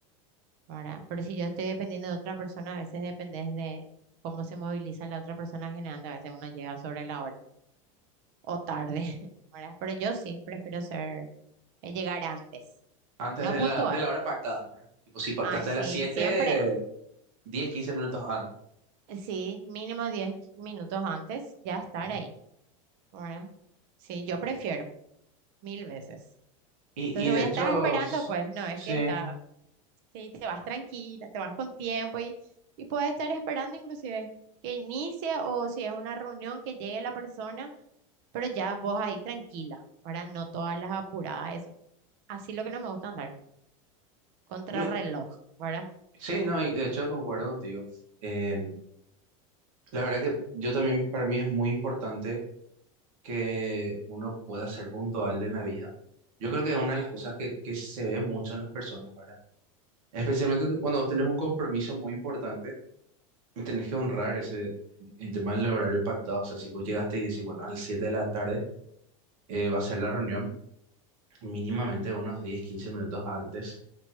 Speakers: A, on the right; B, on the right.
A: ¿verdad? Pero si yo estoy dependiendo de otra persona, a veces dependes de cómo se moviliza la otra persona generando, a veces uno llega sobre la hora o tarde, <laughs> ¿verdad? Pero yo sí prefiero ser, eh, llegar antes,
B: Antes
A: no
B: de
A: puntual.
B: la, de la hora pactada, ¿verdad? Tipo, si pactaste
A: Ay, sí,
B: a las siete
A: siempre, ah,
B: diez quince minutos antes.
A: sí, mínimo 10 minutos antes ya estar
B: Ujú.
A: ahí, ¿verdad? Sí, yo prefiero mil veces.
B: Y,
A: Entonces
B: y de
A: voy
B: hecho,
A: a estar esperando,
B: s-
A: pues no es
B: sí,
A: que está, Sí, te vas tranquila, te vas con tiempo y, y puedes estar esperando inclusive que inicie o si es una reunión que llegue la persona, pero ya vos ahí tranquila, ¿verdad? No todas las apuradas, eso. Así lo que no me gusta andar, contrarreloj,
B: Mm,
A: ¿verdad?
B: sí, no, y de hecho concuerdo contigo. En- la verdad que yo también, para mí es muy importante que uno pueda ser puntual en la vida. Yo creo que es una de las cosas que, que se ve mucho en las personas, ¿verdad? Especialmente cuando vos tenés un compromiso muy importante y tenés que honrar ese, el tema del horario pactado. O sea, si vos llegaste y decís, bueno, a las 7 de la tarde eh, va a ser la reunión, mínimamente unos 10 15 minutos antes.